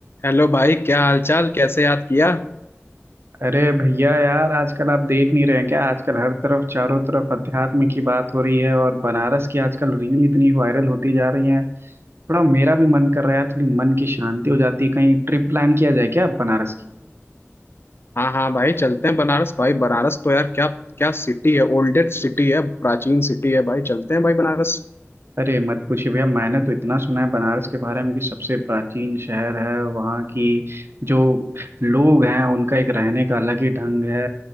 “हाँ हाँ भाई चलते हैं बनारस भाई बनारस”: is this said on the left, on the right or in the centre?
Left